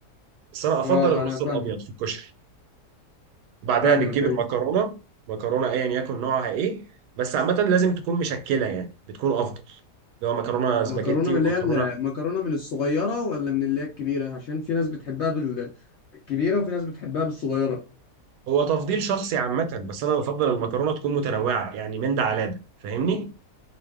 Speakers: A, on the right (about 80°); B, on the left (about 65°).
A: بس انا افضل
B: آه
A: الرز
B: أنا فاهمك
A: الابيض في الكشري بعدها
B: فاهمك
A: بتجيب
B: أيوة
A: المكرونه مكرونه ايا يكن نوعها ايه بس عامه لازم تكون مشكله يعني بتكون افضل اللي هو مكرونه سباجيتي
B: مكرونة من
A: ومكرونه
B: اللي هي المكرونة من الصغيرة ولا من اللي هي الكبيرة عشان في ناس بتحبها بالكبيرة وفي ناس بتحبها بالصغيرة
A: هو تفضيل شخصي عامة بس أنا بفضل المكرونة تكون متنوعة يعني من ده على ده فاهمني؟